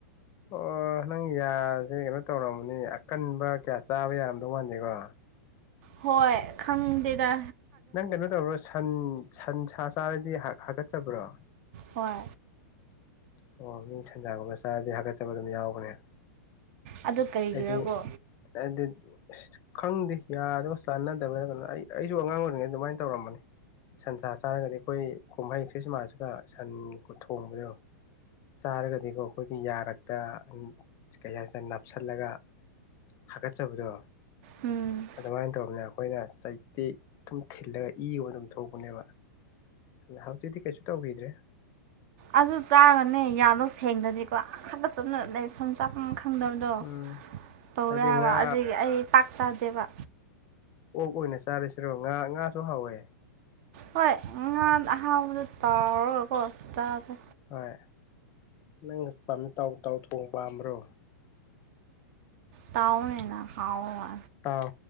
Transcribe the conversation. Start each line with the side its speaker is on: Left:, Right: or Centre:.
Left: ꯑꯣ ꯅꯪ ꯌꯥꯖꯦ ꯀꯩꯅꯣ ꯇꯧꯔꯝꯃꯅꯤ ꯑꯀꯟꯕ ꯀꯌꯥ ꯆꯥꯕ ꯌꯥꯔꯝꯗꯧ ꯃꯥꯟꯗꯦꯀꯣ
Right: ꯍꯣꯏ ꯈꯪꯗꯦꯗꯥ
Left: ꯅꯪ ꯀꯩꯅꯣ ꯇꯧꯕ꯭ꯔꯣ ꯁꯟ ꯁꯟ ꯁꯥ ꯆꯥꯔꯗꯤ ꯍꯥꯒꯠꯆꯕ꯭ꯔꯣ
Right: ꯍꯣꯏ
Left: ꯑꯣ ꯃꯤ ꯁꯟꯖꯥꯒꯨꯝꯕ ꯆꯥꯔꯗꯤ ꯍꯥꯒꯠꯆꯕ ꯑꯗꯨꯝ ꯌꯥꯎꯕꯅꯦ
Right: ꯑꯗꯨ ꯀꯔꯤꯒꯤꯔꯀꯣ
Left: ꯍꯥꯏꯗꯤ ꯍꯥꯏꯗꯤ ꯈꯪꯗꯦ ꯌꯥ ꯗꯨꯒ ꯆꯥꯟꯅꯗꯕꯩꯔ ꯀꯩꯅꯣ ꯑꯩ ꯑꯩꯖꯨ ꯑꯉꯥꯡ ꯑꯣꯏꯔꯤꯉꯩꯗ ꯑꯗꯨꯃꯥꯏꯅ ꯇꯧꯔꯝꯕꯅꯤ ꯁꯟꯆꯥ ꯆꯥꯔꯒꯗꯤ ꯈꯣꯏ ꯀꯨꯝꯍꯩ ꯈ꯭ꯔꯤꯁꯃꯥꯁꯀ ꯁꯟꯀꯣ ꯊꯣꯡꯕꯗꯣ ꯆꯥꯔꯒꯗꯤꯀꯣ ꯈꯣꯏꯒꯤ ꯌꯥꯔꯛꯇ ꯀꯩ ꯍꯥꯏꯁꯤꯔ ꯅꯞꯁꯜꯂꯒ ꯍꯥꯒꯠꯆꯕꯗꯣ
Right: ꯎꯝ
Left: ꯑꯗꯨꯃꯥꯏꯅ ꯇꯧꯕꯅꯦ ꯑꯈꯣꯏꯅ ꯆꯩꯇꯦꯛ ꯊꯨꯝ ꯊꯤꯜꯂꯒ ꯏ ꯑꯣꯏ ꯑꯗꯨꯝ ꯊꯣꯛꯄꯅꯦꯕ ꯑꯗꯨꯅ ꯍꯧꯖꯤꯛꯇꯤ ꯀꯩꯁꯨ ꯇꯧꯒꯤꯗ꯭ꯔꯦ
Right: ꯑꯗꯨ ꯆꯥꯒꯅꯦ ꯌꯥꯗꯣ ꯁꯦꯡꯗꯗꯤꯀꯣ ꯑꯥ ꯍꯥꯒꯠꯆꯅ ꯂꯩꯐꯝ ꯆꯥꯐꯝ ꯈꯪꯗꯕꯗꯣ
Left: ꯎꯝ
Right: ꯇꯧꯋꯦ
Left: ꯍꯥꯏꯗꯤ
Right: ꯍꯥꯏꯕ
Left: ꯉꯥ
Right: ꯑꯗꯨꯒꯤ ꯑꯩ ꯄꯥꯛ ꯆꯥꯗꯦꯕ
Left: ꯑꯣꯛ ꯑꯣꯏꯅ ꯆꯥꯔꯁꯤꯔꯣ ꯉꯥ ꯉꯥꯁꯨ ꯍꯥꯎꯋꯦ
Right: ꯍꯣꯏ ꯉꯥ ꯑꯍꯥꯎꯕꯗꯣ ꯇꯥꯎꯔꯒꯀꯣ ꯆꯥꯁꯦ
Left: ꯍꯣꯏ ꯅꯪ ꯄꯥꯝꯃꯤ ꯇꯥꯎ ꯇꯥꯎ ꯊꯣꯡ ꯄꯥꯝꯕ꯭ꯔꯣ
Right: ꯇꯥꯑꯣꯅꯦꯅ ꯍꯥꯎꯑꯣꯏ
Left: ꯥꯇꯥꯎ